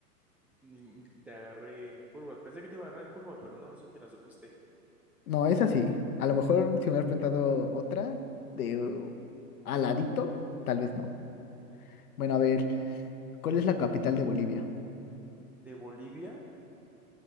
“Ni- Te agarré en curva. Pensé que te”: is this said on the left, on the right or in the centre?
Centre